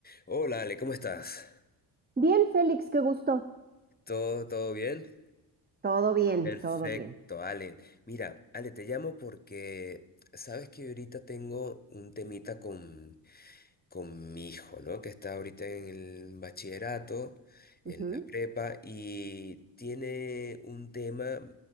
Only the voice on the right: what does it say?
Bien, Félix, qué gusto.
Todo bien,
todo bien.
Ujú.